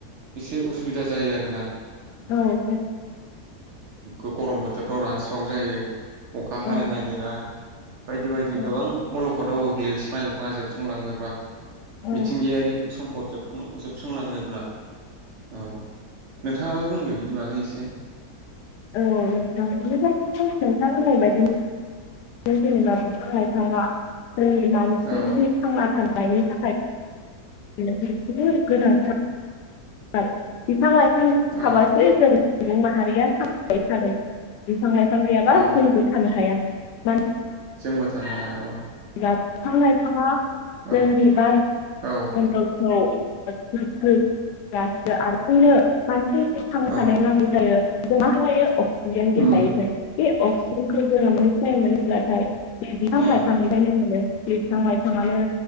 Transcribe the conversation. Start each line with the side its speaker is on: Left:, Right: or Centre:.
Right: एसे उसुबिदा जायो आरोना।
Left: औ
Right: ओ गरम बोथोरफ्राव रानस्राव जायो। अखा
Left: औ
Right: हानो नागिरा बायदि बायदि
Left: औ
Right: गोबां अल आव गोग्लैयो बिफां लाइफाङा जोबस्रां लाङोब्ला
Left: औ
Right: मिथिंगायारि सम्फदब जोबस्रांलाङोब्ला औ नोंथाङाबो बुंदो बिनि बागै एसे
Left: औ नोंथांनि नोंथां होनाय बायदि। जेनेबा बिफां लाइफाङा जोंनि मानसि
Right: औ
Left: थांना थानाय बायनि थाखाय जोबोर गोनां थार बिफां लाइफां
Right: औ
Left: थाबासो जों सुबुं माहारि या थांनानै थागोन। बिफा लायफां गैयाबा
Right: औ
Left: जोंबो थानो हाया। मान
Right: जोंबो थानो हाया औ।
Left: बिफां लाइफाङा
Right: औ
Left: जोंनि बार
Right: औ
Left: मनदलखौ <unintelligible> मानसि थांना
Right: औ
Left: थानायाव नांगौ जायो जों मा लायो अक्सिजेन गेस
Right: उम
Left: लायो जों बे अक्सिजेनखौ जोङो मानिफ्राय मोनो होनब्लाथाय बिफां
Right: उम
Left: लाइफां <unintelligible> बिफां लाइफाङानो